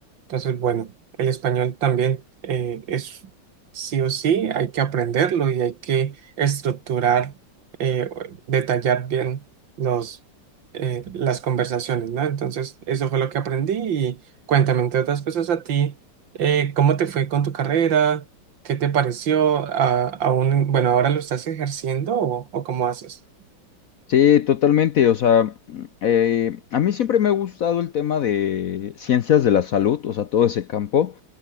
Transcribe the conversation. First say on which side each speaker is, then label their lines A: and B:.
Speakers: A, on the right (about 75°); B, on the left (about 60°).
A: Entonces, bueno, el español también eh, es sí o sí, hay que aprenderlo y hay que estructurar, eh, detallar bien los, eh, las conversaciones, ¿no? Entonces, eso fue lo que aprendí y cuéntame, entre otras cosas, a ti, eh, ¿cómo te fue con tu carrera? ¿Qué te pareció? A- aún, bueno, ¿ahora lo estás ejerciendo o o cómo haces?
B: Sí, totalmente. O sea, eh, a mí siempre me ha gustado el tema de ciencias de la salud, o sea, todo ese campo.